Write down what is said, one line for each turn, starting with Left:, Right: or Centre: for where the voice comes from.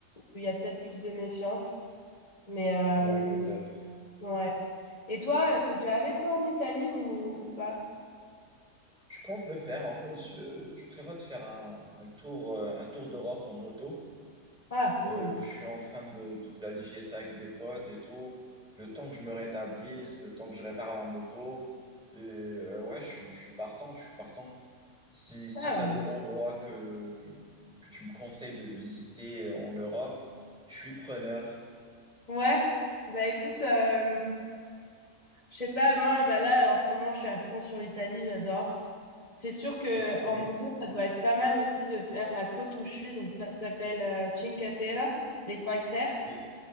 Left: il y a peut-être plus de méfiance. Mais euh,
Centre: ouais, peut-être.
Left: ouais. Et toi, euh, t'es déjà allé toi en Italie ou, ou pas?
Centre: Je compte le faire. En fait, je, je prévois de faire un, un tour, euh, un tour d'Europe en moto.
Left: Ah, cool.
Centre: Euh, je suis en train de, de planifier ça avec des potes et tout. Le temps que je me rétablisse, le temps que je répare ma moto. Et euh, ouais, je, suis- je suis partant, je suis partant. Si, si
Left: Ah,
Centre: tu as des
Left: cool.
Centre: endroits que, que tu me conseilles de visiter en Europe, je suis preneur.
Left: Ouais. Bah écoute, euh, je sais pas, moi, bah là, en ce moment, je suis à fond sur l'Italie, j'adore. C'est sûr que
Centre: Ok.
Left: en moto, ça doit être pas mal aussi de faire la côte où je suis, donc ça s'appelle euh, Cinque Terre, les cinq terres.
Centre: Les,